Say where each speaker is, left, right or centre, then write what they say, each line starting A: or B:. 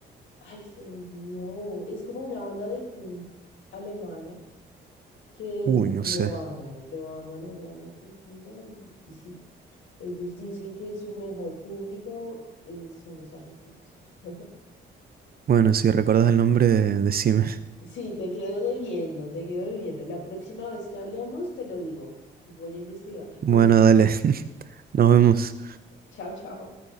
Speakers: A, on the left; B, on the right.
A: Ay, se me olvidó. Es como una banda de punk alemana que
B: Uy,
A: lo
B: no sé.
A: aman, lo aman allá en Argentina y, y sí, ellos dicen que su mejor público eh, son los argentinos. <laughs>
B: Bueno, si recordás el nombre, decime.
A: Sí, te quedo debiendo, te quedo debiendo. La próxima vez que hablemos, te lo digo. Voy a investigar. <laughs>
B: Bueno, dale. <laughs> Nos vemos.
A: Chao, chao.